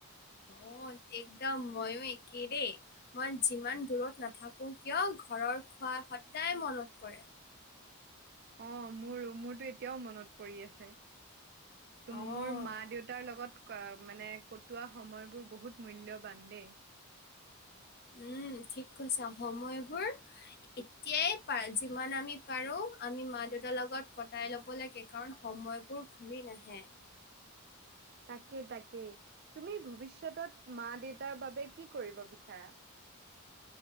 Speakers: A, on the left; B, on the right.
A: অ', একদম ময়ো একে দেই। মই যিমান দূৰত নাথাকো কিয় ঘৰৰ খোৱা সদায় মনত পৰে।
B: অ', মোৰো, মোৰতো এতিয়াও মনত পৰি আছে।
A: অ'।
B: মোৰ মা দেউতাৰ লগত অ', মানে কটোৱা সময়বোৰ বহুত মূল্যবান দেই।
A: উম, ঠিক কৈছে সময়বোৰ এতিয়াই প যিমান আমি পাৰোঁ আমি মা দেউতাৰ লগত কটাই ল'ব লাগে, কাৰণ সময়বোৰ ঘূৰি নাহে।
B: তাকেই-তাকেই, তুমি ভৱিষ্যত মা দেউতাৰ বাবে কি কৰিব বিচাৰা?